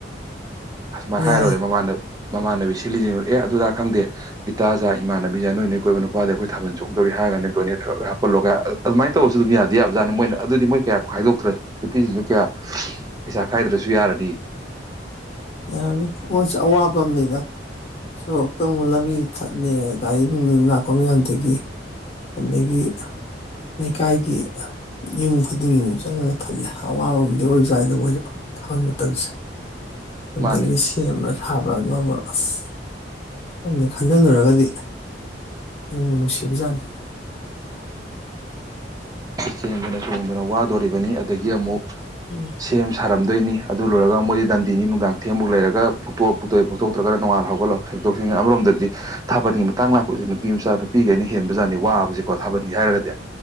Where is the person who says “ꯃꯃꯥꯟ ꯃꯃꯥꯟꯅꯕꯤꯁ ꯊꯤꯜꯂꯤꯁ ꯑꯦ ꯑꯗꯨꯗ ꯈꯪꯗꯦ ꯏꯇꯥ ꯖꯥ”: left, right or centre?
Right